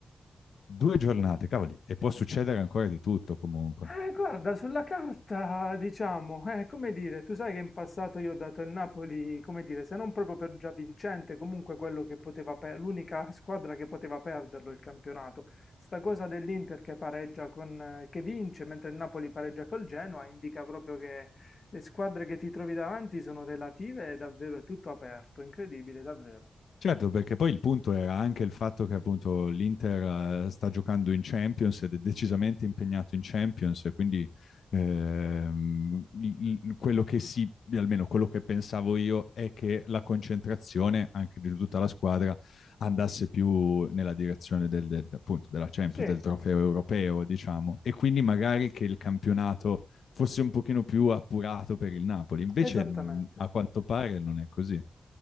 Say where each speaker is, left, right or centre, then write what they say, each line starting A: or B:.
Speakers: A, on the left; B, on the left.
A: Due giornate, cavoli, e può succedere ancora di tutto comunque.
B: Eh, guarda, sulla carta, diciamo, eh, come dire, tu sai che in passato io ho dato il Napoli, come dire, se non proprio per già vincente, comunque quello che poteva per- l'unica squadra che poteva perderlo il campionato. Sta cosa dell'Inter che pareggia con, eh, che vince mentre il Napoli pareggia col Genoa indica proprio che le squadre che ti trovi davanti sono relative e davvero è tutto aperto, incredibile, davvero.
A: Certo, perché poi il punto era anche il fatto che appunto l'Inter eh, sta giocando in Champions ed è decisamente impegnato in Champions e quindi ehm, il- il- quello che si, almeno quello che pensavo io, è che la concentrazione anche di tutta la squadra andasse più nella direzione del, del- appunto della Champions,
B: Sì,
A: del trofeo europeo, diciamo, e quindi magari che il campionato fosse un pochino più appurato per il Napoli. Invece
B: esattamente.
A: mh, a quanto pare non è così.